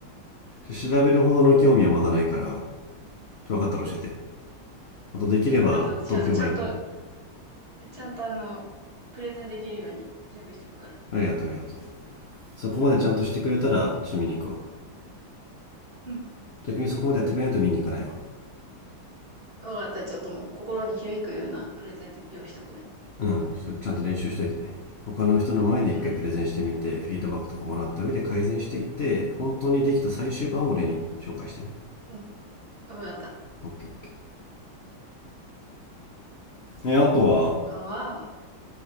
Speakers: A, on the left; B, on the right.
A: ちょ調べるほどの興味はまだないから、ちょ分かったら教えて。
B: <laughs>
A: あと、できれば東京がいいかな。
B: ちょっと私、あの、ちゃんと、ちゃんとあの、プレゼンできるように準備しておくから。
A: ありがとう、ありがとう。そこまでちゃんとしてくれたら、
B: うん。
A: ちょっと見に行くわ。
B: うん。
A: 逆にそこまでやってくれないと見に行かないわ。
B: わかった。ちょっともう心に響くようなプレゼント用意しとくね。
A: うん、ちょっとちゃんと練習しといてね。他の人の前で一回プレゼンしてみて、
B: うん。
A: フィードバックとかもらった上で改善していって、本当にできた最終版を俺に紹介してね。
B: うん。わかった。
A: オッケーオッケー。ね、あとは、
B: 他は、